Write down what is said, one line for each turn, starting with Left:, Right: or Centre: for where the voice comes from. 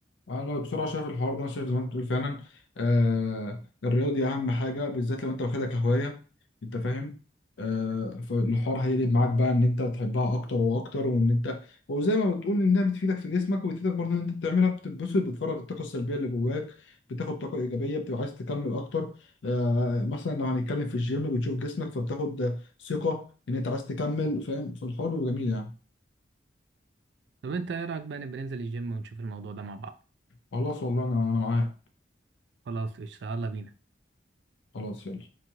Left: انا بصراحه شايف الحوار ده انا شايف زي ما انت بتقول فعلا آه الرياضه دي اهم حاجه بالذات لو انت واخدها كهوايه انت فاهم آه فالحوار هيقلب معاك بقى ان انت تحبها اكتر واكتر وان انت وزي ما بتقول انها بتفيدك في جسمك وبتفيدك برضه ان انت بتعملها بتتبسط بتفرغ الطاقه السلبيه اللي جواك بتاخد طاقه ايجابيه بتبقى عايز تكمل اكتر آه مثلا لو هنتكلم في الجيم بتشوف جسمك فبتاخد ثقه ان انت عايز تكمل فاهم فالحوار بيبقى جميل يعني
Right: طب أنت إيه رأيك بقى نبقى ننزل الجيم ونشوف الموضوع ده مع بعض؟
Left: خلاص والله انا انا معاك
Right: خلاص قشطة يلا بينا
Left: خلاص يلا